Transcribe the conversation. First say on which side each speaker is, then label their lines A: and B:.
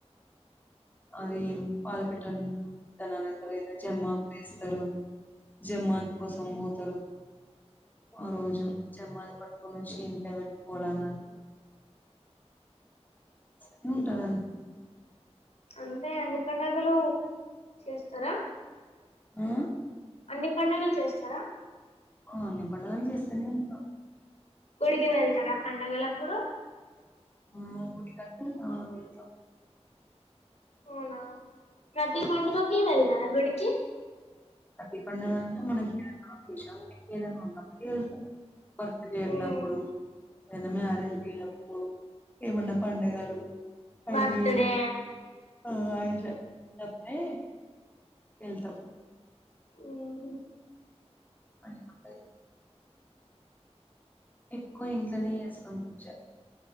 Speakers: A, on the left; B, on the left.
A: అది పాలపిట్ట చతాన అని అంటారుద జమ్మాకు వేస్తారు జమ్మాకు కోసం పోతారు ఆ రోజు జమ్మకు పట్టు నుంచి ఇంట్లో పెట్టుకోవాలని ఏ ఉంటారాండి
B: అంతే అన్ని పండుగలు చేస్తారా
A: ఆ
B: అన్ని పడుగలు చేస్తారా
A: ఆ అన్ని పండుగలు చేస్తాను నేను
B: గుడికి వెళ్తారా పండగలప్పుడు
A: ఆ గుడి ఆ వెళ్తతా
B: అవునా ప్రతి పండుగకి వెళ్దారా గుడికి
A: ప్రతి పండుగ అంటే మనకి ఏదైనా ఉశం మ ఏదైనా ఉండ వెళ్తాం భర్త చేలప్పుడు
B: ఉమ్,
A: ఏనమే అరేంజ్ చేయప్పుడు ఏమన్నా పండగలు అయి
B: బర్త్ డే
A: ఆ అట్లేప్పుడే వెళ్తాం
B: ఉమ్,
A: అ ఎక్కువ ఇంట్లోనే జేస్సాం చె